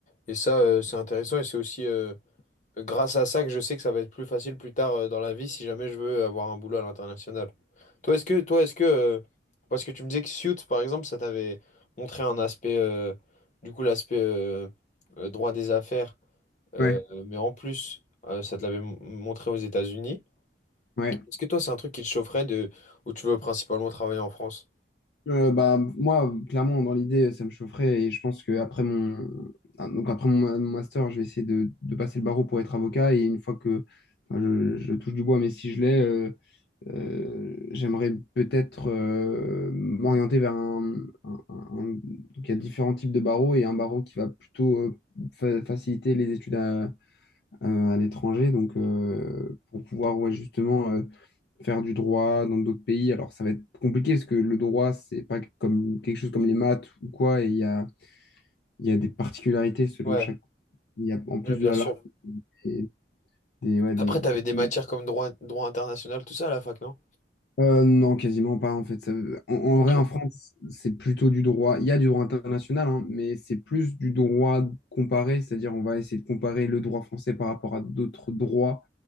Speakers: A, on the left; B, on the left.
A: et ça, euh, c'est intéressant, et c'est aussi euh, grâce à ça que je sais que ça va être plus facile plus tard euh, dans la vie si jamais je veux avoir un boulot à l'international. Toi, est-ce que, toi, est-ce que, euh, parce que tu me disais que Suits, par exemple, ça t'avait montré un aspect, euh, du coup, l'aspect euh, euh, droit des affaires. Euh,
B: Ouais,
A: mais en plus, euh, ça te l'avait m- montré aux États-Unis.
B: ouais.
A: Est-ce que toi, c'est un truc qui te chaufferait de où tu veux principalement travailler en France?
B: Euh, bah moi clairement dans l'idée ça me chaufferait et je pense que après mon ah, donc après mon ma- mon master je vais essayer de, de passer le barreau pour être avocat et une fois que enfin, je, je touche du bois mais si je l'ai euh, Euh, j'aimerais peut-être euh, m'orienter vers un, un- un- Donc, il y a différents types de barreaux et un barreau qui va plutôt euh, fa- faciliter les études à, à- à l'étranger. Donc, euh, pour pouvoir ouais, justement euh, faire du droit dans d'autres pays. Alors, ça va être compliqué parce que le droit, c'est pas comme quelque chose comme les maths ou quoi. Et il y a, il y a des particularités selon
A: Ouais,
B: chaque. Il y a en plus
A: ouais, bien
B: de la
A: sûr.
B: langue et des, ouais, des,
A: Après, t'avais des
B: des-
A: matières comme droit, droit international, tout ça à la fac, non?
B: Euh, non, quasiment pas en fait. Ça- en, en
A: Ok.
B: vrai, en France, c'est plutôt du droit. Il y a du droit international, hein, mais c'est plus du droit comparé, c'est-à-dire on va essayer de comparer le droit français par rapport à d'autres droits.